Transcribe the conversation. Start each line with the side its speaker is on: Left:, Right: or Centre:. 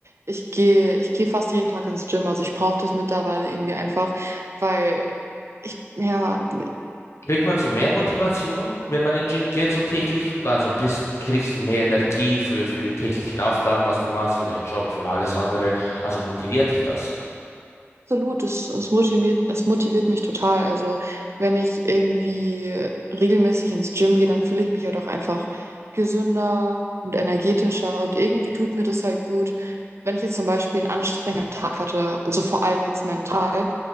Right: ich gehe, ich gehe fast jeden Tag ins Gym. Also ich brauche das mittlerweile irgendwie einfach, weil ich, ja,
Left: kriegt man so mehr Motivation, wenn man in den Gym geht, so täglich? Also bist, kriegst du mehr Energie für, für die täglichen Aufgaben, was du machst, für deinen Job und alles andere. Also motiviert dich das?
Right: Absolut, es, es motiviert, es motiviert mich total. Also, wenn ich irgendwie regelmäßig ins Gym gehe, dann fühle ich mich halt auch einfach gesünder und energetischer und irgendwie tut mir das halt gut. Wenn ich jetzt zum Beispiel einen anstrengenden Tag hatte, also vor allem jetzt mental,